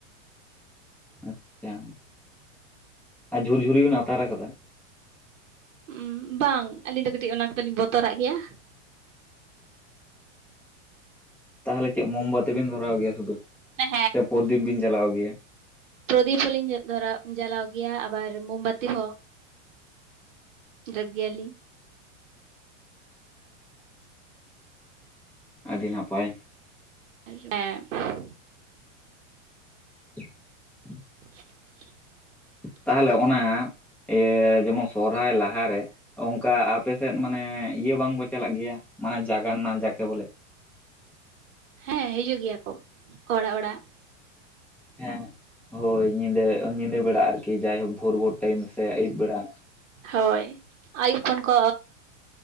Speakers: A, in the centre; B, on the right.
A: ᱟᱪᱪᱷᱟ ᱟ ᱡᱷᱩᱨᱡᱷᱩᱨᱤ ᱵᱮᱱ ᱟᱛᱟᱨ ᱟᱠᱟᱫᱟ
B: ᱩᱸ ᱵᱟᱝ ᱟᱹᱞᱤᱧ ᱫᱚ ᱠᱟᱹᱴᱤᱡ ᱚᱱᱟ ᱠᱚᱫᱚ ᱞᱤᱧ ᱵᱚᱛᱚᱨᱟᱜ ᱜᱮᱭᱟ
A: ᱛᱟᱦᱞᱮ ᱪᱮᱫ ᱢᱚᱢᱵᱟᱹᱛᱤ ᱵᱮᱱ ᱫᱷᱚᱨᱟᱣ ᱜᱮᱭᱟ ᱥᱩᱫᱩ
B: ᱦᱮᱸ
A: ᱥᱮ ᱯᱚᱨᱫᱤᱯ ᱵᱤᱱ ᱡᱟᱞᱟᱣ ᱜᱮᱭᱟ
B: ᱯᱚᱨᱚᱫᱤᱯ ᱦᱚᱸᱞᱤᱧ <unintelligible> ᱫᱷᱚᱨᱟᱣ ᱡᱟᱞᱟᱣ ᱜᱮᱭᱟ ᱟᱵᱟᱨ ᱢᱳᱢᱵᱟᱹᱛᱤ ᱦᱚᱸ <unintelligible> ᱜᱮᱭᱟᱞᱤᱧ
A: ᱟᱹᱰᱤ ᱱᱟᱯᱟᱭ
B: <unintelligible>
A: <inaudible>
B: <inaudible>
A: ᱛᱟᱦᱚᱞᱮ ᱚᱱᱟ ᱤᱭᱟᱹ ᱡᱮᱢᱚᱱ ᱥᱚᱦᱨᱟᱭ ᱞᱟᱦᱟᱨᱮ ᱚᱱᱠᱟ ᱟᱯᱮ ᱥᱮᱫ ᱢᱟᱱᱮ ᱤᱭᱟᱹ ᱵᱟᱝᱵᱚᱱ ᱪᱟᱞᱟᱜ ᱜᱮᱭᱟ ᱢᱟᱱᱮ ᱡᱟᱜᱱᱟ ᱡᱟᱠᱮ ᱵᱚᱞᱮ
B: ᱦᱮᱸ ᱦᱤᱡᱩᱜ ᱜᱮᱭᱟ ᱠᱚ ᱚᱲᱟᱜ ᱚᱲᱟᱜ
A: ᱦᱮᱸ ᱦᱳᱭ ᱧᱤᱫᱟᱹ ᱧᱤᱫᱟᱹ ᱵᱮᱲᱟ ᱟᱨᱠᱤ ᱡᱟᱭᱦᱳᱠ ᱵᱷᱳᱨ ᱵᱷᱳᱨ ᱴᱟᱭᱤᱢ ᱥᱮ ᱟᱹᱭᱩᱵ ᱵᱮᱲᱟ
B: ᱦᱳᱭ ᱟᱹᱭᱩᱯ ᱠᱷᱚᱱ ᱠᱚ